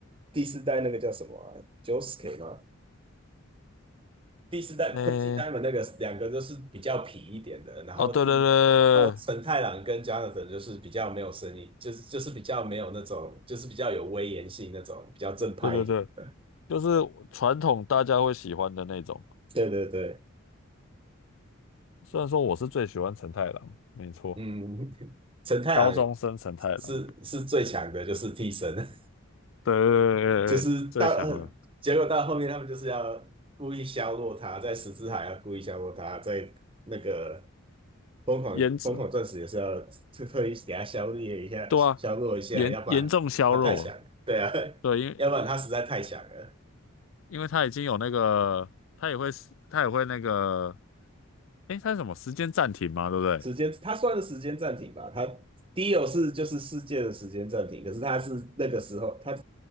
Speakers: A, on the right (about 25°); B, on the left (about 65°).
A: 第四代那个叫什么 j o s u k e 吗？第四代
B: 诶，
A: Crazy Diamond 那个两个就是比较痞一点的，然后第一，
B: 哦，对对对
A: 然后陈太郎跟 Jonathan 就是比较没有声音，就是就是比较没有那种，就是比较有威严性那种，比较正派一点的。
B: 对对对对，就是传统大家会喜欢的那种，
A: 对对对，
B: 虽然说我是最喜欢陈太郎，没错，
A: 嗯，<laughs> 陈太郎
B: 高中生陈太郎，
A: 是是最强的，就是替身。<laughs>
B: 对对对对对，
A: 就是到呃结果到后面他们就是要故意削弱他，
B: 最强了，
A: 在十字海要故意削弱他，在那个疯狂疯狂钻石也是要特特意给他削弱一下，
B: 颜值。对啊，
A: 削弱一下，
B: 严严重削弱，
A: 要不然他太强了，对啊，<laughs>
B: 对，因为
A: 要不然他实在太强了。
B: 因为他已经有那个，他也会他也会那个，诶，他是什么时间暂停嘛，对不对？
A: 时间，他算是时间暂停吧，他 Dio 是就是世界的时间暂停，可是他是那个时候，他